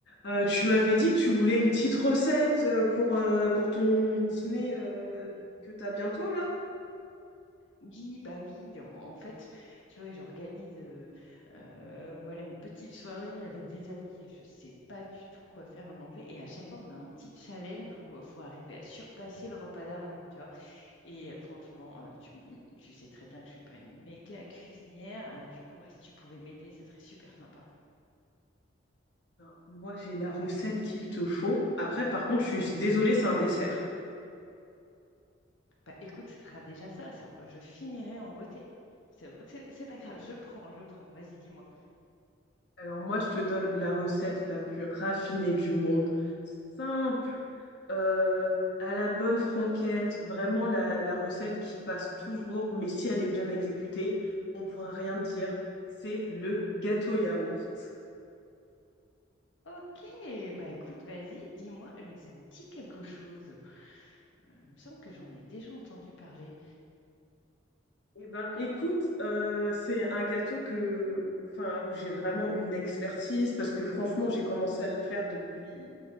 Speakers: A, on the left (about 60°); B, on the left (about 75°).
A: Euh, tu m'avais dit que tu voulais une petite recette euh, pour, euh, pour ton dîner euh, que t'as bientôt là?
B: Oui, bah oui, en en fait, tu vois, j'organise euh, euh, voilà une petite soirée avec des amis et je sais pas du tout quoi faire à manger. Et à chaque fois, on a un petit challenge où il faut arriver à surpasser le repas d'avant, tu vois. Et euh, franchement, euh, tu, m- tu sais très bien que je suis pas une méga cuisinière. euh, du coup, ouais, si tu pouvais m'aider, ça serait super sympa.
A: Ben, moi j'ai la recette qu'il te faut. Après par contre je suis désolée c'est un dessert.
B: Bah écoute, ça sera déjà ça, ça- je finirai en beauté. C'est vrai que c'est c'est pas grave, je prends, je prends, vas-y, dis-moi.
A: Alors moi je te donne la recette la plus raffinée du monde. Simple, euh, à la bonne franquette, vraiment la, la recette qui passe toujours, mais si elle est bien exécutée, on pourra rien dire. C'est le gâteau yaourt.
B: Ok, bah écoute, vas-y, dis-moi, euh, ça me dit quelque chose. Euh, il me semble que j'en ai déjà entendu parler.
A: Eh ben,
B: Hop,
A: écoute, euh, c'est un gâteau que, enfin, où j'ai vraiment une expertise parce que franchement, j'ai commencé à le faire depuis,